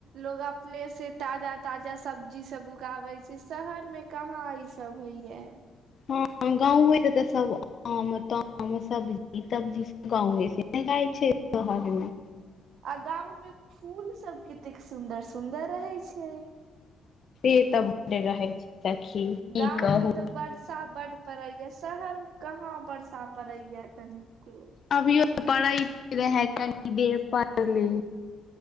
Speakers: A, on the right; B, on the left.
A: लोग अपने से ताजा ताजा सब्ज जी सब उगाबे छै शहर में कहाँ ई सब होइया।
B: हँ गांवे में त सब आम ताम सब ब्जी तब्जी सब गाँवे से ने जाय छै शहर मे।
A: आ गांव में फूल सब केतेक सुंदर सुंदर रहे छै।
B: से त बड रहै छै। सखी
A: गाँंव
B: की कहू
A: मे तऽ बड़ स वर्षा बड पड़ेया शहर में कहाँ वर्षा पड़ेया कनिको।
B: अभियो त पडैत रहे कनी देर पहिले।